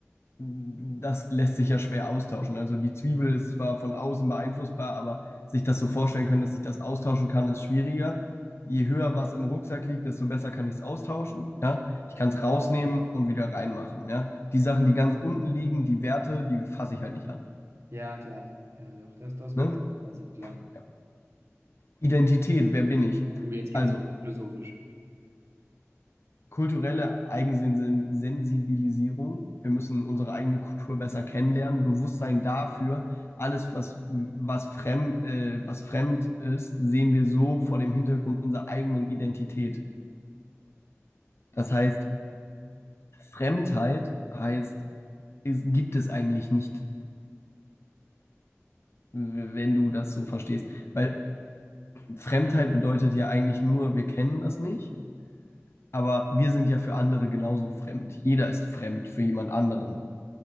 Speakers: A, on the left; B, on the right.
A: mh, das lässt sich ja schwer austauschen. Also die Zwiebel ist zwar von außen beeinflussbar, aber sich das so vorstellen können, dass ich das austauschen kann, ist schwieriger. Je höher was im Rucksack liegt, desto besser kann ich es austauschen. Ja? Ich kann es rausnehmen und wieder reinmachen. Ja? Die Sachen, die ganz unten liegen, die Werte, die fasse ich halt nicht an.
B: Ja, klar. Ja, doch, das, das macht
A: Ne?
B: total Sinn, klar.
A: Ja. Identität, wer bin ich?
B: Uh,
A: Mhm.
B: jetzt geht's
A: Also,
B: philosophisch.
A: kulturelle Eigensensibilisierung. Wir müssen unsere eigene Kultur besser kennenlernen, Bewusstsein dafür, alles, was, was, fremd, äh, was fremd ist, sehen wir so vor dem Hintergrund unserer eigenen Identität. Das heißt, Fremdheit heißt, es gibt es eigentlich nicht, wenn du das so verstehst. Weil Fremdheit bedeutet ja eigentlich nur, wir kennen das nicht, aber wir sind ja für andere genauso fremd. Jeder ist fremd für jemand anderen.